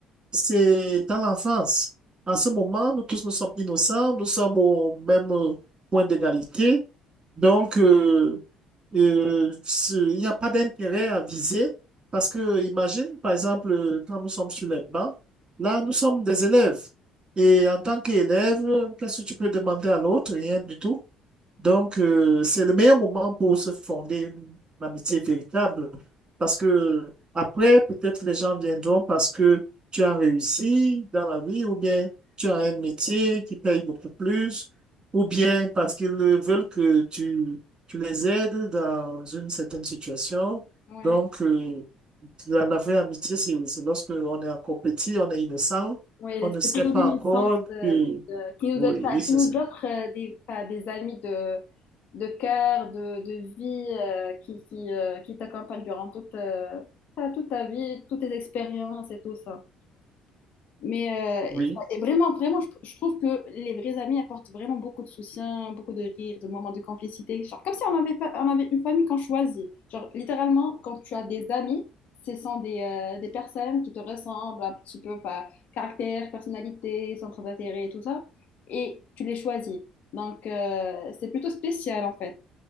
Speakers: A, on the right (about 25°); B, on the left (about 55°).
A: c'est dans l'enfance. En ce moment, nous tous, nous sommes innocents, nous sommes au même euh, point d'égalité. Donc, euh, euh, ce- il n'y a pas d'intérêt à viser. Parce que, imagine, par exemple, euh, quand nous sommes sur les bancs, là, nous sommes des élèves. Et en tant qu'élève, qu'est-ce que tu peux demander à l'autre? Rien du tout. Donc, euh, c'est le meilleur moment pour se fonder une, une amitié véritable. Parce que après, peut-être les gens viendront parce que tu as réussi dans la vie, ou bien tu as un métier qui paye beaucoup plus, ou bien parce qu'ils veulent que tu, tu les aides dans une certaine situation.
B: Ouais,
A: Donc, euh, la, la vraie amitié, c'est c'est lorsque on est encore petit, on est innocent,
B: ouais,
A: on ne sait
B: c'est plutôt
A: pas
B: une
A: encore
B: licence euh,
A: que...
B: de- qui nous
A: Oui,
B: donne, enfin,
A: oui, c'est
B: qui nous
A: ça.
B: offre euh, des, enfin, des amis de, de cœur, de, de vie, euh, qui, qui, euh, qui t'accompagnent durant toute, euh, enfin, toute ta vie, toutes tes expériences et tout ça. Mais
A: Oui,
B: euh, et vraiment, vraiment, je, je trouve que les vrais amis apportent vraiment beaucoup de soutien, beaucoup de rire, de moments de complicité. Genre, comme si on avait, fa- on avait une famille qu'on choisit. Genre, littéralement, quand tu as des amis, ce sont des, euh, des personnes qui te ressemblent un petit peu, enfin, caractère, personnalité, centre d'intérêt et tout ça. Et tu les choisis. Donc, euh, c'est plutôt spécial, en fait.